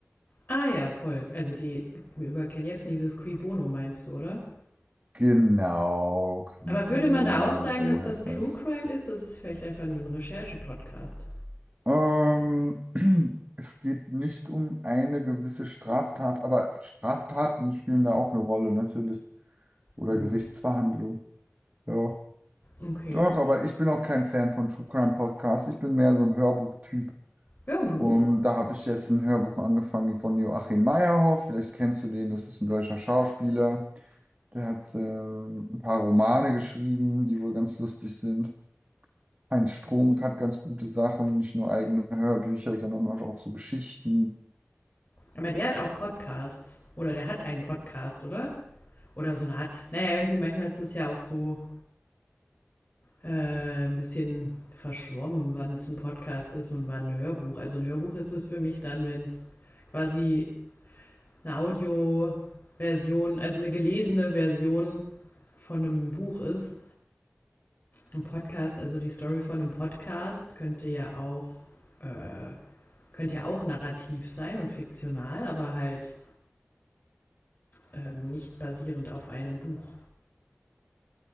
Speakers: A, on the left; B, on the right.
A: Ah ja, voll. Also die über Ken Jebsen, dieses Qui Bono meinst du, oder?
B: Genau, Cui
A: Aber
B: Bono,
A: würde man da auch sagen,
B: so
A: dass das
B: heißt
A: True
B: das.
A: Crime ist? Das ist vielleicht einfach nur ein Recherche-Podcast.
B: Ähm, <clears throat> es geht nicht um eine gewisse Straftat, aber Straftaten spielen da auch eine Rolle, natürlich. oder
A: Hm.
B: Gerichtsverhandlung. Ja.
A: Okay.
B: Doch, aber ich bin auch kein Fan von True Crime Podcasts. Ich bin mehr so ein Hörbuchtyp.
A: Ja, ein Buch.
B: Und da habe ich jetzt ein Hörbuch angefangen von Joachim Meyerhoff. Vielleicht kennst du den, das ist ein deutscher Schauspieler. Der hat äh, ein paar Romane geschrieben, die wohl ganz lustig sind. Heinz Strunk hat ganz gute Sachen, nicht nur eigene Hörbücher, sondern auch so Geschichten.
A: Aber der hat auch Podcasts. Oder der hat einen Podcast, oder? Oder so eine Art. Naja, irgendwie manchmal ist es ja auch so, äh, ein bisschen verschwommen, wann es ein Podcast ist und wann ein Hörbuch. Also ein Hörbuch ist es für mich dann, wenn es quasi eine Audioversion, also eine gelesene Version von einem Buch ist. Ein Podcast, also die Story von einem Podcast könnte ja auch, äh, könnte ja auch narrativ sein und fiktional, aber halt ähm, nicht basierend auf einem Buch.